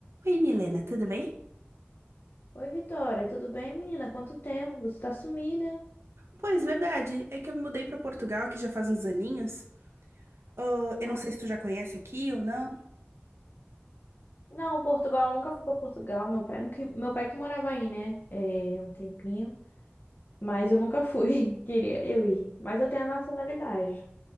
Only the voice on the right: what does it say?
Oi, Milena, tudo bem?
Pois, verdade. É que eu me mudei para Portugal aqui já faz uns aninhos. Ah, eu
não sei se tu já conhece aqui ou não.